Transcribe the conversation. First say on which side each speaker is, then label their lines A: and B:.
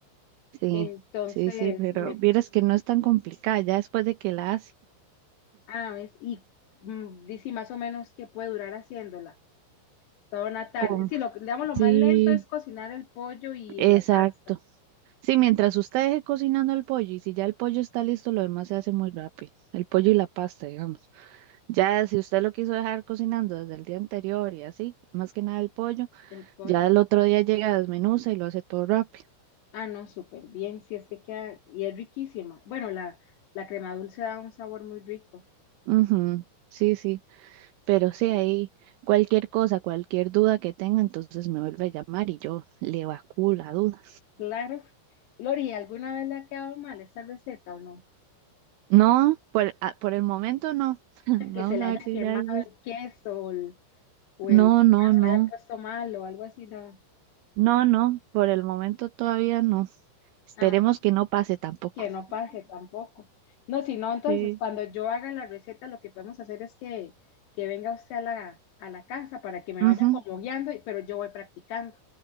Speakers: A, on the right; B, on the left.
A: Sí,
B: Entonces,
A: sí, sí, pero
B: me,
A: vieras que no es tan complicada ya después de que la hace.
B: ah, ves, y mm, dice más o menos que puede durar haciéndola toda una tarde.
A: Con...
B: Sí, lo, digamos, lo
A: Sí,
B: más lento es cocinar el pollo y
A: exacto.
B: la pasta
A: Sí, mientras usted deje cocinando el pollo y si ya el pollo está listo, lo demás se hace muy rápido. El pollo y la pasta, digamos. Ya si usted lo quiso dejar cocinando desde el día anterior y así, más que nada el pollo,
B: del pollo.
A: ya el otro día llega, desmenuza y lo hace todo rápido.
B: Ah, no, súper bien, sí, es que queda, y es riquísima. Bueno, la, la crema dulce da un sabor muy rico,
A: Ujú, Sí, sí, pero sí, ahí cualquier cosa, cualquier duda que tenga, entonces me vuelve a llamar y yo le evacúo la duda.
B: claro. Lori, ¿alguna vez le ha quedado mal esa receta o no?
A: No, por, a- por el momento no. <laughs> Vamos
B: que se le
A: a
B: haya
A: ver si
B: quemado
A: ya después.
B: el queso o el, o
A: No,
B: el pollo
A: no, no.
B: se le haya puesto mal o algo así, no.
A: No, no, por el momento todavía no. Esperemos
B: Ah,
A: que no pase tampoco.
B: que no pase tampoco. No, si no, entonces
A: Sí.
B: cuando yo haga la receta, lo que podemos hacer es que, que venga usted a la, a la casa para que me vaya
A: Ujú,
B: como guiando, y- pero yo voy practicando